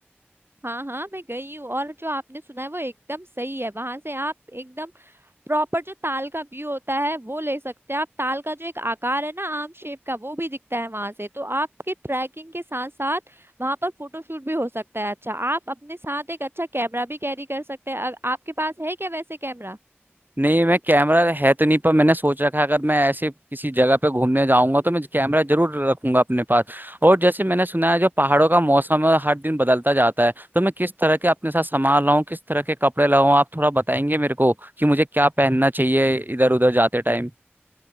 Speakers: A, on the right; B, on the right.
A: हाँ हाँ मैं गई हूँ और जो आपने सुना है वो एकदम सही है वहां से आप एकदम प्रॉपर जो ताल का व्यू होता है वो ले सकते हैं आप ताल का जो एक आकार है ना आम शेप का वो भी दिखता है वहां से तो आपके ट्रैकिंग के साथ साथ वहां पर फोटोशूट भी हो सकता है अच्छा आप अपने साथ एक अच्छा कैमरा भी कैरी कर सकते हैं अ- आपके पास है क्या वैसे कैमरा
B: नहीं मैं कैमरा है तो नहीं पर मैंने सोच रखा है अगर मैं ऐसे किसी जगह पे घूमने जाऊंगा तो मैं कैमरा जरूर रखूंगा अपने पास और जैसे मैंने सुना है जो पहाड़ों का मौसम है हर दिन बदलता जाता है तो मैं किस तरह के अपने साथ सामान लाऊं किस तरह के कपड़े लाऊं आप थोड़ा बताएंगे मेरे को कि मुझे क्या पहनना चाहिए इधर उधर जाते टाइम